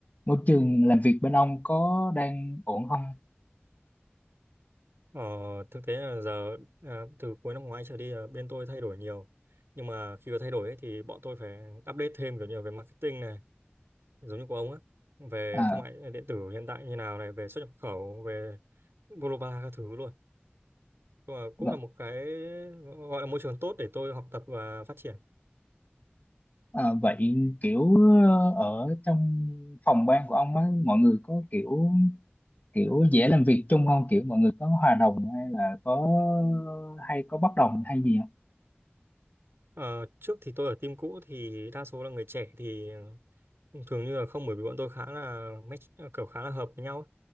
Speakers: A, on the left; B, on the right.
A: môi trường làm việc bên ông có đang ổn không
B: Ờ, thực tế là giờ à, từ cuối năm ngoái trở đi là bên tôi thay đổi nhiều nhưng mà khi có thay đổi ấy, thì bọn tôi phải update thêm kiểu như về marketing này giống như của ông á về
A: à,
B: thương mại điện tử hiện tại như nào này về xuất nhập khẩu về global các thứ luôn nhưng mà cũng
A: v-
B: là một cái gọi là môi trường tốt để tôi học tập và phát triển
A: à vậy kiểu ờ, ở trong phòng ban của ông á mọi người có kiểu kiểu dễ làm việc chung không kiểu mọi người có hòa đồng hay là có hay có bất đồng hay gì không
B: Ờ, trước thì tôi ở team cũ thì đa số là người trẻ thì thường như là không bởi vì bọn tôi khá là match kiểu khá là hợp với nhau ấy.